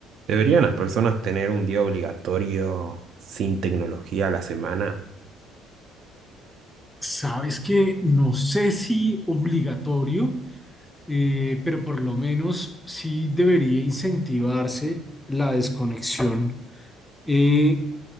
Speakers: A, on the right; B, in the centre.
A: ¿Deberían las personas tener un día obligatorio sin tecnología a la semana?
B: Sabes que no sé si obligatorio, eh, pero por lo menos sí debería incentivarse la desconexión eh,